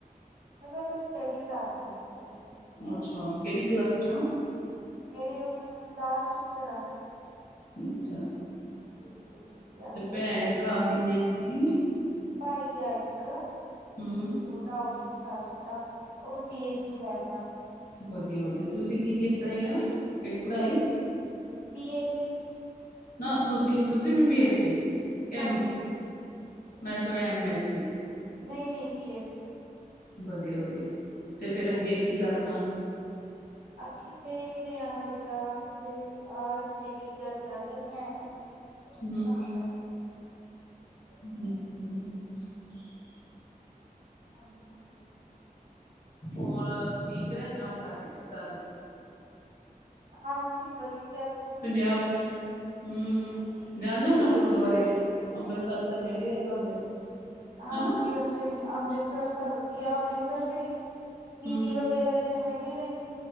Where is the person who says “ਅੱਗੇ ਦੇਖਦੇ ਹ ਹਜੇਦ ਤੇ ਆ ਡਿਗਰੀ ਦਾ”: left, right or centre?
Right